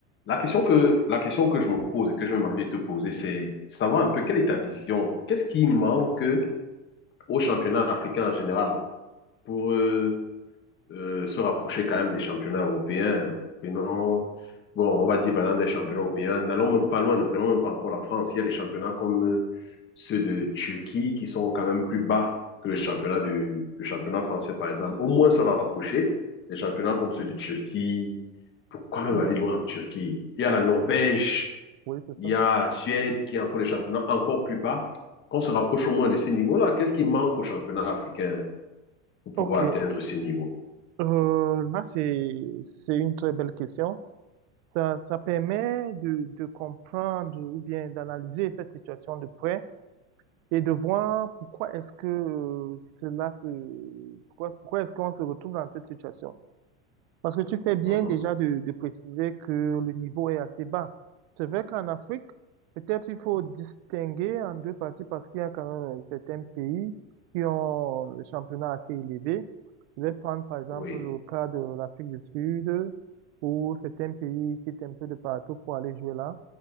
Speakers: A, on the left; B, on the right.
A: La question que, la question que je me pose et que je m'envie de te poser, c'est savoir un peu quelle est ta vision. Qu'est-ce qui manque au championnat africain en général pour euh, euh, se rapprocher quand même des championnats européens? Prenons, bon, on va dire par exemple des championnats européens. N'allons même pas loin, ne prenons même pas encore la France. Il y a des championnats comme euh, ceux de Turquie qui sont quand même plus bas que le championnat, du, le championnat français, par exemple. Au moins se rapprocher des championnats comme ceux de Turquie. Pourquoi même
B: Ou bien-
A: aller loin en Turquie? Il y a la Norvège
B: Oui, c'est ça.
A: il y a la Suède qui a encore des championnats encore plus bas. Qu'on se rapproche au moins de ce niveau-là, qu'est-ce qui manque au championnat africain pour pouvoir
B: OK.
A: atteindre ce niveau?
B: Euh, là, c'est, c'est une très belle question. Ça, ça permet de, de comprendre ou bien d'analyser cette situation de près et de voir pourquoi est-ce que euh, cela se, pourquoi, pourquoi est-ce qu'on se retrouve dans cette situation. Parce que tu fais bien
A: Mhm.
B: déjà de, de préciser que le niveau est assez bas. C'est vrai qu'en Afrique, peut-être il faut distinguer en deux parties parce qu'il y a quand même euh, certains pays qui ont le championnat assez élevé. Je vais prendre par exemple
A: Oui,
B: le cas de l'Afrique du Sud où certains pays quittent un peu de partout pour aller jouer là.